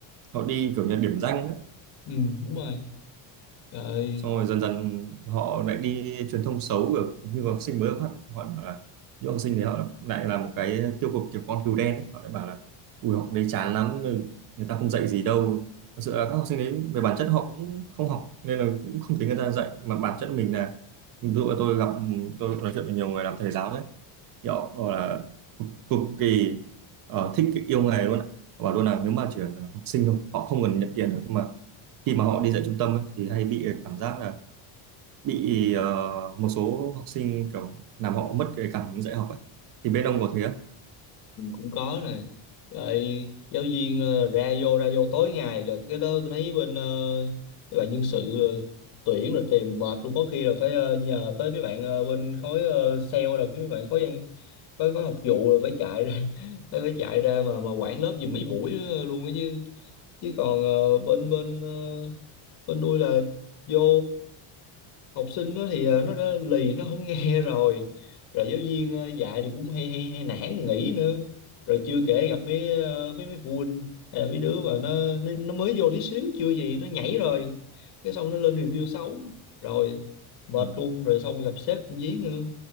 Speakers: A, on the right; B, on the left.
A: họ đi kiểu như điểm danh ấy.
B: ừ đúng rồi Trời
A: xong rồi dần dần họ lại đi truyền thông xấu kiểu như học sinh mới phát họ bảo là những học sinh thì họ lại làm cái tiêu cực kiểu con cừu đen ấy. họ lại bảo là ui học đấy chán lắm người ta không dạy gì đâu thật sự là các học sinh đấy về bản chất họ cũng không học nên là cũng không thấy người ta dạy mà bản chất mình là ví dụ là tôi gặp tôi nói chuyện với nhiều người làm thầy giáo đấy thì họ bảo là cực, cực kỳ ờ, thích cái yêu nghề luôn ạ họ bảo luôn là nếu mà chỉ cần học sinh thôi họ không cần nhận tiền được nhưng mà khi mà họ đi dạy trung tâm ấy, thì hay bị cảm giác là bị ờ, một số học sinh kiểu làm họ mất cái cảm hứng dạy học ấy thì bên ông có thế không?
B: Ừ, cũng có nè rồi giáo viên ờ, ra vô ra vô tối ngày là cái đó tôi thấy bên ờ, mấy bạn nhân sự ờ, tuyển là tìm mệt luôn có khi là phải ờ, nhờ tới mấy bạn ờ, bên khối ờ, sale là mấy bạn khối văn khối khối học vụ là phải chạy ra <laughs> phải phải chạy ra mà mà quản lớp giùm mấy buổi nữa luôn á chứ chứ còn ờ, bên bên ờ, bên tôi là vô học sinh nó thì ờ, nó đã lì nó không nghe <laughs> rồi rồi giáo viên ờ, dạy thì cũng hay hay, hay nản nghỉ nữa rồi chưa kể gặp mấy ờ, mấy mấy phụ huynh hay là mấy đứa mà nó nó nó mới vô tí xíu chưa gì nó nhảy rồi cái xong nó lên review xấu rồi mệt
A: Ừ.
B: luôn rồi xong gặp sếp cũng dí nữa